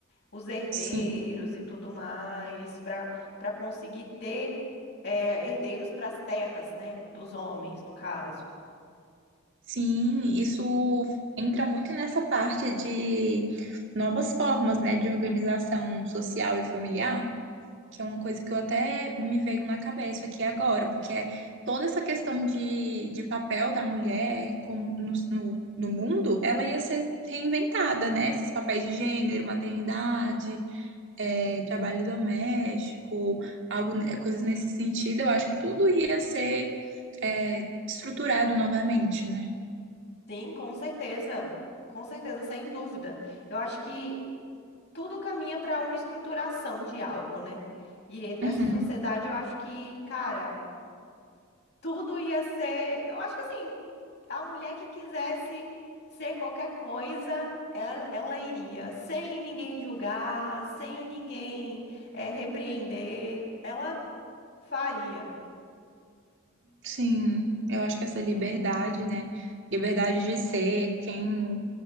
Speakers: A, on the left; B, on the right.
A: os herdeiros
B: Sim.
A: e tudo mais, para para conseguir ter eh, herdeiros para as terras, né, dos homens, no caso.
B: Sim, isso entra muito nessa parte de novas formas, né, de organização social e familiar, que é uma coisa que eu até me veio na cabeça aqui agora, porque é toda essa questão de, de papel da mulher como no, no, no mundo, ela ia ser reinventada, né? Esses papéis de gênero, maternidade, eh, trabalho doméstico, algo, ne- coisas nesse sentido, eu acho que tudo ia ser, eh, estruturado novamente, né?
A: Sim, com certeza, com certeza, sem dúvida. Eu acho que tudo caminha para uma estruturação de algo, né? E nessa
B: Uhum.
A: sociedade eu acho que, cara, tudo ia ser. Eu acho que assim. A mulher que quisesse ser qualquer coisa, ela, ela iria, sem ninguém julgar, sem ninguém eh, repreender, ela faria.
B: Sim, eu acho que essa liberdade, né? Liberdade de ser quem,